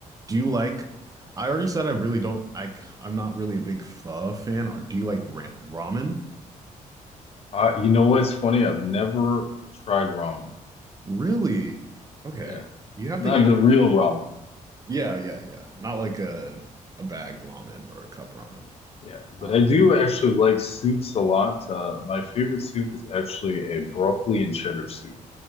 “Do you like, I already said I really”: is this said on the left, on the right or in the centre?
Right